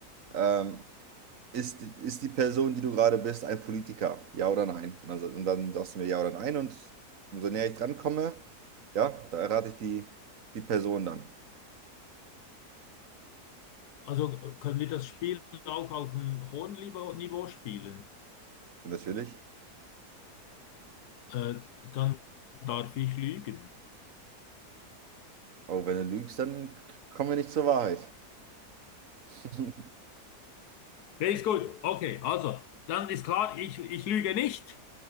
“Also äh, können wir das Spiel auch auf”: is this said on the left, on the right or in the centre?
Left